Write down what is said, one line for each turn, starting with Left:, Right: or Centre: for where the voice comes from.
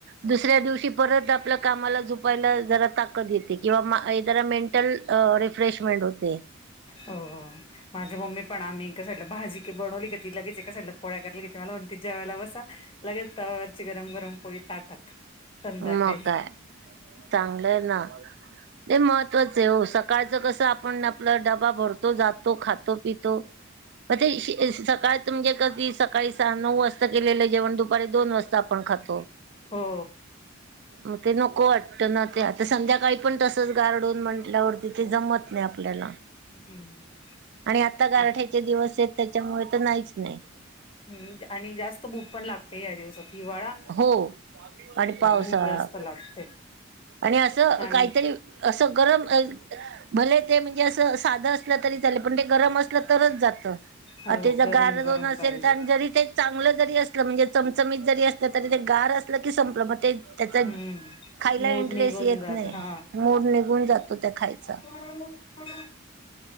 Right: दुसऱ्या दिवशी परत आपल्या कामाला झुपायला जरा ताकद येते. किंवा जरा मेन टल रिफ्रेशमेंट होते.
Left: हो माझं मम्मी पण आम्ही एका साईडला भाजी बनवली. ती लगेच एका साईडला पोळ्या करायला घेते मला म्हणते जेवायला बसा लगेच तवावरची गरम गरम पोळी ताटात संध्याकाळी
Right: मग काय चांगलंय ये ना ते मग आहे सकाळचं कसं आपण आपला डबा भरतो जातो. खातो पितो मग ते सकाळ म्हणजे कधी सकाळी सहा नऊ वाजता केलेलं जेवण दुपारी दोन वाजता आपण खातो.
Left: हो
Right: मग ते नको वाटत. ना ते आता संध्याकाळी पण तसंच गार दोन म्हंटल्या वरती ते जमत नाही. आपल्याला
Left: हम्म
Right: आणि आता गारठ्याचे
Left: आत
Right: दिवस आहेत. त्यांच्यामुळे तर नाहीच नाही.
Left: हम्म आणि जास्त भूक पण लागते. या दिवसात हिवाळा
Right: हो आणि पावसाळा
Left: भूक जास्त लागते
Right: आणि असं
Left: आणि
Right: काहीतरी असं गरम अ भले ते म्हणजे असं साधं असलं तरी चालेल. पण ते गरम असलं तरच जात.
Left: हो
Right: अ तेचा
Left: गरम
Right: गार
Left: गरम
Right: दोन असेल.
Left: पाहिजे
Right: तर जरी ते चांगलं जरी असलं म्हणजे चमचमीत जरी असलं. तरी ते गार असलं की संपलं मग ते त्यांचा
Left: हम्म
Right: खायला
Left: मूड
Right: इंटरेस्ट
Left: निघून
Right: येत
Left: जात
Right: नाही.
Left: हा
Right: मूड निघून जातो त्या खायचा
Left: आता